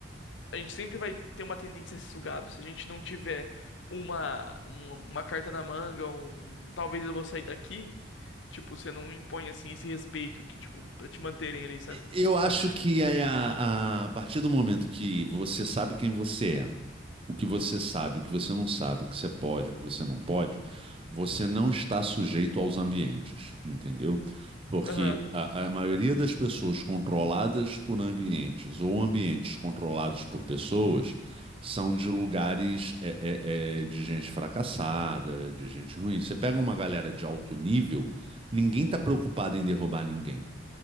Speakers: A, on the left (about 75°); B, on the right (about 30°).
A: a gente sempre vai ter uma tendência a ser sugado. Se a gente não tiver uma, um- uma carta na manga, um, um talvez eu vou sair daqui, tipo, você não impõe assim esse respeito que, tipo, pra te manterem ali, sabe?
B: E- Eu acho que é a, a a partir do momento que você sabe quem você é, o que você sabe, o que você não sabe, o que você pode, o que você não pode, você não está sujeito aos ambientes, entendeu? Porque
A: Aham.
B: a, a maioria das pessoas controladas por ambientes ou ambientes controlados por pessoas são de lugares é, é, é, de gente fracassada, de gente ruim. Você pega uma galera de alto nível, ninguém está preocupado em derrubar ninguém.